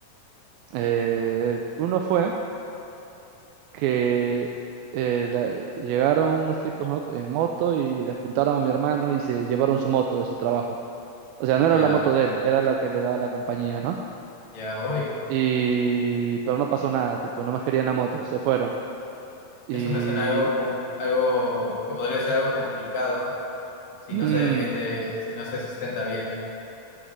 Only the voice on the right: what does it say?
Eh, uno fue que eh, la- llegaron unos tipos, ¿no? en moto y le apuntaron a mi hermano y se llevaron su moto de su trabajo. O sea, no
era la moto de él, era la que le daba la compañía, ¿no?
Y, pero no pasó nada, tipo, no más querían la moto, se fueron. Y,
mm,